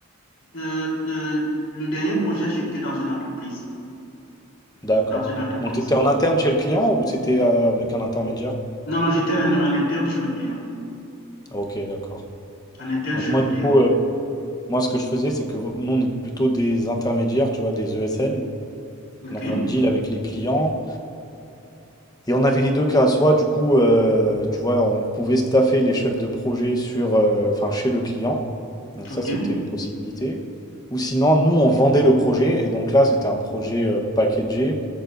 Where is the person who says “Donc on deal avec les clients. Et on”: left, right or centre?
Left